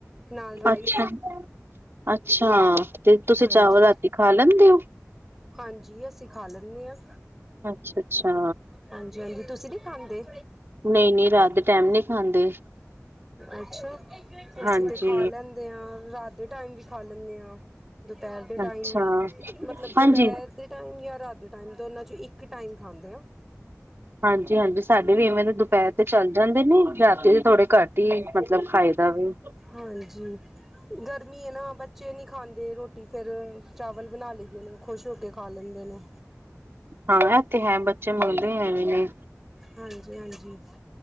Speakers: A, in the centre; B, on the right (about 45°).
A: ਨਾਲ ਰਾਈਸ।
B: ਅੱਛਾ ਅੱਛਾ, ਤੇ ਤੁਸੀਂ
A: ਹਾਂਜੀ
B: ਚਾਵਲ ਰਾਤੀ ਖਾ ਲੈਂਦੇ ਓ।
A: ਹਾਂਜੀ, ਅਸੀਂ ਖਾ ਲੈਣੇ ਆ।
B: ਅੱਛਾ ਅੱਛਾ
A: ਹਾਂਜੀ ਹਾਂਜੀ, ਤੁਸੀਂ ਨੀ ਖਾਂਦੇ।
B: ਨਹੀਂ ਨਹੀਂ ਰਾਤ ਦੇ ਟਾਈਮ ਨਹੀਂ ਖਾਂਦੇ।
A: ਅੱਛਾ ਅਸੀਂ
B: ਹਾਂਜੀ
A: ਤੇ ਖਾ ਲੈਣੇ, ਦੇ ਆ ਰਾਤ ਦੇ ਟਾਈਮ ਵੀ ਖਾ ਲੈਂਦੇ ਹਾਂ ਦੁਪਹਿਰ ਦੇ ਟਾਈਮ
B: ਅੱਛਾ
A: ਮਤਲਬ ਦੁਪਹਿਰ
B: ਹਾਂਜੀ।
A: ਦੇ ਟਾਈਮ ਜਾਂ ਰਾਤ ਦੇ ਟਾਈਮ ਦੋਨਾਂ 'ਚੋਂ ਇੱਕ ਟਾਈਮ ਖਾਂਦੇ ਆ
B: ਹਾਂਜੀ ਹਾਂਜੀ ਸਾਡੇ ਵੀ ਇਵੇਂ ਦੇ ਦੁਪਹਿਰ ਤੇ ਚੱਲ ਜਾਂਦੇ ਨੇ ਰਾਤੀ ਦੇ ਥੋੜੇ ਘੱਟ ਹੀ ਮਤਲਬ ਖਾਇ ਦਾ ਵੀ।
A: ਹਾਂਜੀ, ਗਰਮੀ ਐ ਨਾ ਬੱਚੇ ਨੀ ਖਾਂਦੇ ਰੋਟੀ ਫੇਰ ਚਾਵਲ ਬਣਾ ਲਈਏ ਨੇ। ਖੁਸ਼ ਹੋ ਕੇ ਖਾ ਲੈਂਦੇ ਨੇ।
B: ਹਾਂ, ਇਹ ਤੇ ਹੈ ਬੱਚੇ ਮੰਗਦੇ ਐ ਵੇਲੇ।
A: ਹਾਂਜੀ ਹਾਂਜੀ